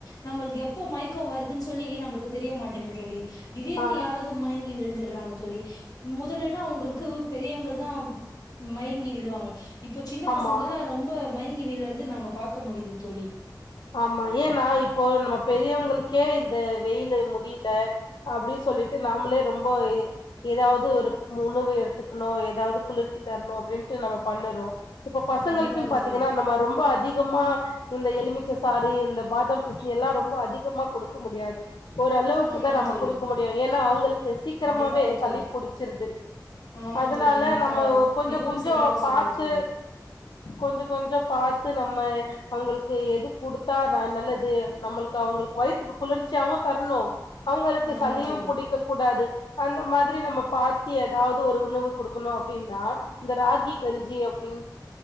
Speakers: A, on the left; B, on the left.
A: நம்மளுக்கு எப்போ மயக்கொ வருதுன் சொல்லி நம்மளுக்கு தெரியமாட்டேங்குது தோழி திடீர்னு
B: ஆ
A: யாராவது மயங்கி விழுந்துடுறாங்க தோழி முதல்லன்னா அவுங்களுக்கு பெரியவங்கள் தா மயங்கி விழுவாங்க இப்போ சின்ன
B: ஆமா
A: பசங்கள்லா ரொம்ப மயங்கி விழறது நம்ம பாக்க முடியுது தோழி
B: ஆமா ஏன்னா இப்போ நம்ம பெரியவங்களுக்கே இந்த வெயிலு முடில அப்டி சொல்லிட்டு நாமளே ரொம்ப இ எதாவது ஒரு உணவு எடுத்துக்ணு எதாவது குளிர்ச்சி தர்ணு அப்டின்ட்டு நம்ம பண்ணுறோ இப்போ
A: ம்
B: பசங்களுக்குன்
A: கண்டிப்பாக
B: பாத்தீங்கன்னா
A: தோழி
B: நம்மா ரொம்ப அதிகமா இந்த எலுமிச்ச சாறு இந்த பாதாம் பீஸ்னி எல்லா ரொம்ப அதிகமா கொடுக்க முடியாது ஓர் அளவுக்கு
A: ஆமா
B: தா நம்ம
A: தோழி
B: குடுக்க முடியு ஏன்னா அவங்களுக்கு சீக்கிரமாவே
A: கண்டிப்பாக தோழி
B: சளி புடிச்சிருது
A: ஆமா
B: அதனால
A: தோழி நீங்க
B: நம்ம
A: க
B: ஓ கொஞ்சொ
A: மிகவும்
B: கொஞ்சொ
A: சரியாக சொன்னீங்க
B: பாத்து
A: தோழி
B: கொஞ்சொ கொஞ்சொ பாத்து நம்ம அவங்களுக்கு எது குடுத்தா நா நல்லது நம்மளுக்கு அவங்களுக்கு வயத்துக்கு குளிர்ச்சியாவு தர்ணு அவங்களுக்கு
A: ஆமா
B: சளியு
A: தோழி
B: புடிக்கக் கூடாது அந்த மாதிரி நம்ம பாத்து ஏதாவது ஒரு உணவு குடுக்கணு அப்டின்னா இந்த ராகி கஞ்சி அப்டின்